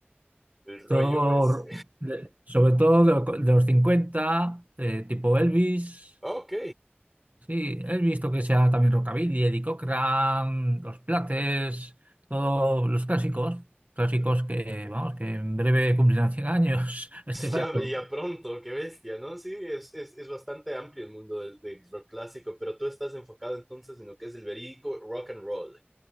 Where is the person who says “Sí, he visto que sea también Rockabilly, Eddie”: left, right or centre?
Right